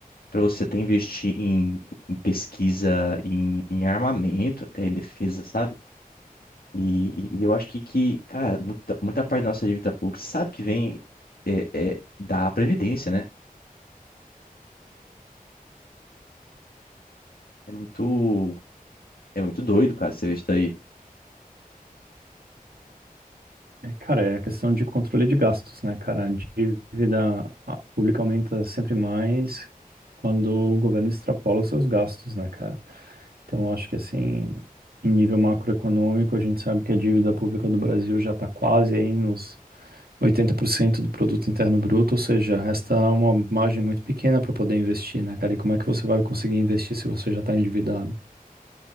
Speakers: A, on the left (about 80°); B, on the right (about 85°).
A: para você até investir em, em pesquisa, em, em armamento, até em defesa, sabe? E, e- e eu acho que, que, cara, muita, muita parte da nossa dívida pública sabe que vem é, é, da Previdência, né? É muito, é muito doido, cara, você ver isso daí.
B: É, Cara, é a questão de controle de gastos, né, cara? A dívida ah, pública aumenta sempre mais quando o governo extrapola os seus gastos, né, cara? Então, eu acho que, assim, em nível macroeconômico, a gente sabe que a dívida pública do Brasil já está quase aí nos 80% do produto interno bruto, ou seja, resta uma margem muito pequena para poder investir, né, cara? E como é que você vai conseguir investir se você já está endividado?